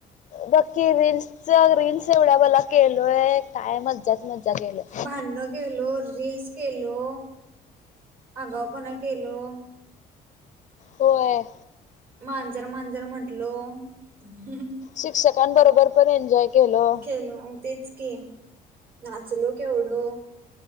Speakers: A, on the left; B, on the right.
A: बक्की रीलल्स रीलस एवढ्यां भल्यां केलोय कायं मज्जांच मज्जां केलोय
B: भांडणं केल रीलस केलो आंगऊपणां केलो
A: होयं
B: मांजर मांजर म्हटलो हम्मं
A: शिक्षकांबरोबर पण एन्जॉय केलो.
B: केलो तेचं की नांचलो केवढो